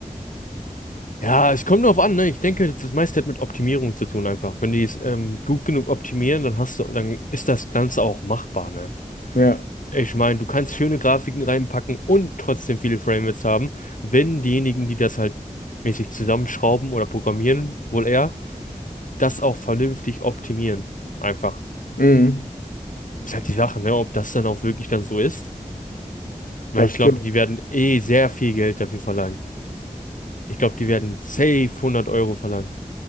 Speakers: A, on the left; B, on the left.
A: ja, es kommt drauf an, ne? Ich denke, das das meiste hat mit Optimierung zu tun einfach. Wenn die es ähm, gut genug optimieren, dann hast du, dann ist das Ganze auch machbar, ne?
B: Ja,
A: Ich meine, du kannst schöne Grafiken reinpacken und trotzdem viele Framerates haben, wenn diejenigen, die das halt mäßig zusammenschrauben oder programmieren, wohl eher, das auch vernünftig optimieren. Einfach.
B: mhm,
A: Ist halt die Sache, ne, ob das dann auch wirklich dann so ist. Weil
B: das
A: ich glaube,
B: stimmt.
A: die werden eh sehr viel Geld dafür verlangen. Ich glaube, die werden safe 100 Euro verlangen.